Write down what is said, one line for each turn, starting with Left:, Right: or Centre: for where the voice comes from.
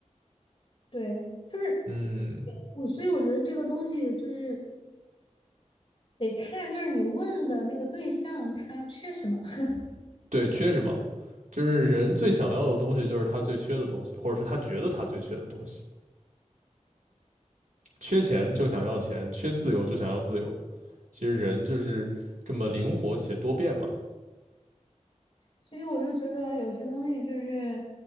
Left: 对，就是
Right: 嗯，
Left: 我，所以我觉得这个东西就是。得看就是你问的那个对象他缺什么，<laughs>
Right: 对，缺什么？就是人最想要的东西，就是他最缺的东西，或者是他觉得他最缺的东西。缺钱就想要钱，缺自由就想要自由。其实人就是这么灵活且多变嘛。
Left: 所以我就觉得有些东西就是